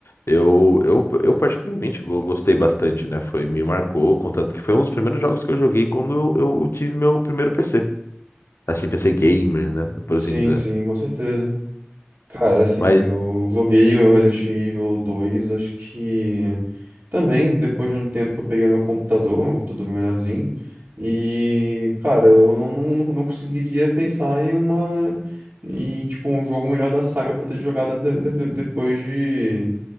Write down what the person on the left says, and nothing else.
Eu, eu, eu particularmente go- gostei bastante, né? Foi, me marcou, contanto que foi um dos primeiros jogos que eu joguei quando eu, eu tive meu primeiro PC. Assim, PC gamer, né? Por
assim dizer.
Mas